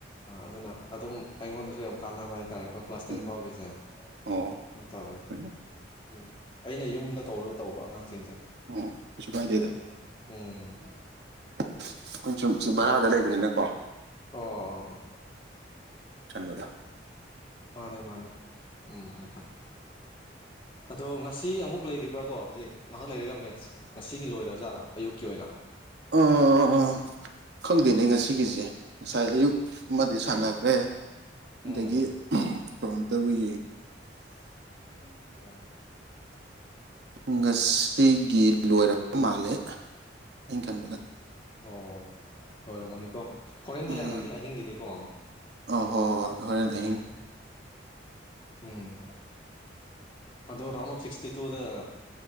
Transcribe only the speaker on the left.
ꯑꯗꯨꯅ ꯑꯗꯨꯝ ꯑꯩꯉꯣꯟꯗꯁꯨ ꯌꯥꯝ ꯀꯥꯟꯅꯕ ꯍꯥꯏꯇꯥꯔꯦ ꯑꯩꯀꯣ ꯀ꯭ꯂꯥꯁ
ꯇꯦꯟ ꯐꯥꯎꯒꯤꯁꯦ
ꯌꯥꯝꯝ ꯇꯧꯋꯦ
ꯌꯨꯝ ꯑꯩꯅ ꯌꯨꯝꯗ ꯀꯧꯔꯒ ꯇꯧꯕ ꯑꯉꯥꯡꯁꯤꯡꯁꯦ
ꯑꯉꯥꯡ ꯎꯝ
ꯑꯣ
ꯃꯥꯅꯦ ꯃꯥꯅꯦ ꯎꯝ ꯎꯝ ꯎꯝ
ꯑꯗꯣ ꯉꯁꯤ ꯑꯃꯨꯛ ꯂꯩꯔꯤꯕ꯭ꯔꯥꯀꯣ ꯍꯧꯖꯤꯛ ꯉꯥꯏꯍꯥꯛ ꯂꯩꯔꯒ ꯃꯦꯠꯁ ꯉꯁꯤꯒꯤ ꯂꯣꯏꯔꯖꯥꯔꯥ ꯑꯌꯨꯛꯀꯤ ꯑꯣꯏꯅ
ꯎꯝ
ꯎꯝ
ꯑꯣ ꯂꯣꯏꯔꯝꯃꯅꯤꯀꯣ ꯍꯣꯔꯦꯟꯗꯤ
ꯂꯩꯔꯝꯒꯅꯤ ꯑꯍꯤꯡꯒꯤꯗꯤꯀꯣ
ꯎꯝ
ꯎꯝ ꯑꯗꯣ ꯔꯥꯎꯟ ꯑꯣꯐ ꯁꯤꯛꯁꯇꯤ ꯇꯨꯗ